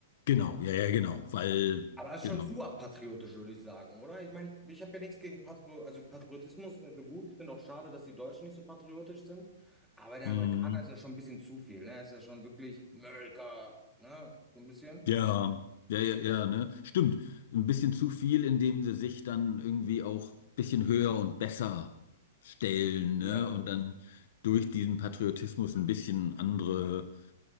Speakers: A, on the left; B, in the centre.
A: Genau, ja, ja, genau,
B: Ja.
A: weil,
B: Aber es ist
A: genau.
B: schon zu patriotisch, würde ich sagen, oder? Ich meine, ich habe ja nichts gegen Patri also Patriotismus ist ja so gut. Ich finde auch schade, dass die Deutschen nicht so patriotisch sind. Aber der
A: Mhm.
B: Amerikaner ist ja schon ein bisschen zu viel, ne? Ist ja schon wirklich America, ne? So ein bisschen.
A: Ja, ja, ja, ja, ne? Stimmt. Ein bisschen zu viel, indem sie sich dann irgendwie auch ein bisschen höher und besser stellen,
B: Ja.
A: ne? Und dann durch diesen Patriotismus ein bisschen andere